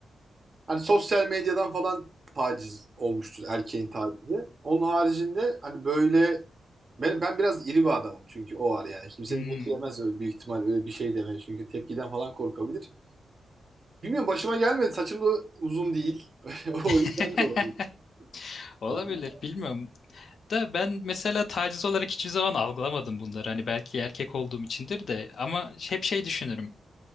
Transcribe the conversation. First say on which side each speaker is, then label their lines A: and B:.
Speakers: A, on the right (about 35°); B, on the left (about 60°).
A: Hani sosyal medyadan falan taciz olmuştur erkeğin tacizi. Onun haricinde hani böyle benim ben biraz iri bir adamım çünkü o var yani. Kimsenin
B: Hmm.
A: götü yemez öyle büyük ihtimal öyle bir şey demeye çünkü tepkiden falan korkabilir. Bilmiyorum başıma gelmedi. Saçım da uzun değil. <laughs> O
B: <laughs>
A: yüzden de olabilir
B: Olabilir,
A: yani.
B: bilmiyorum. Da ben mesela taciz olarak hiçbir zaman algılamadım bunları. Hani belki erkek olduğum içindir de ama hep şey düşünürüm.